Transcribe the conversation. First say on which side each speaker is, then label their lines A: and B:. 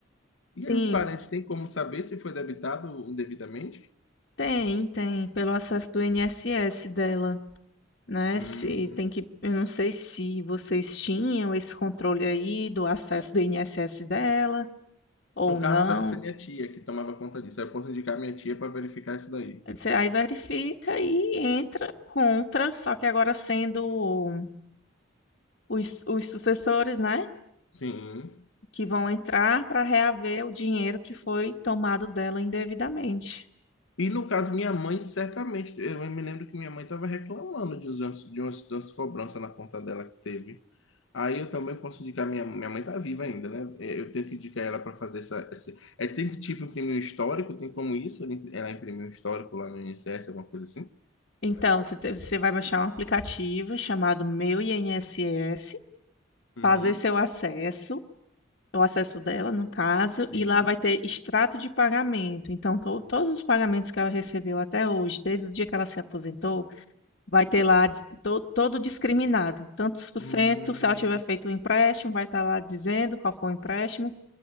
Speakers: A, on the left (about 70°); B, on the left (about 55°).
A: E
B: tem,
A: aí os parentes têm como saber se foi debitado indevidamente?
B: tem, tem, pelo acesso do INSS dela. Né,
A: Hum.
B: se tem que, eu não sei se vocês tinham esse controle aí do acesso do INSS dela. ou
A: No caso,
B: não.
A: deve ser minha tia que tomava conta disso. Aí eu posso indicar minha tia para verificar isso daí.
B: Você aí verifica e entra contra, só que agora sendo os, os sucessores, né,
A: Sim.
B: que vão entrar para reaver o dinheiro que foi tomado dela indevidamente.
A: E no caso, minha mãe, certamente, eu me lembro que minha mãe estava reclamando de umas, de umas, de umas cobranças na conta dela que teve. Aí eu também posso indicar, minha, minha mãe está viva ainda, né? É, Eu tenho que indicar ela para fazer essa, esse, é, tem que tipo imprimir um histórico, tem como isso? Ela impri- ela imprimir um histórico lá no INSS, alguma coisa assim?
B: Então, você, te- você vai baixar um aplicativo chamado Meu INSS,
A: Uhum.
B: fazer seu acesso, o acesso dela, no caso,
A: Sim.
B: e lá vai ter extrato de pagamento. Então, to- todos os pagamentos que ela recebeu até hoje, desde o dia que ela se aposentou, Vai ter lá de- to- todo discriminado. Tantos por
A: Hum,
B: cento, se ela tiver feito o empréstimo, vai estar lá dizendo qual foi o empréstimo.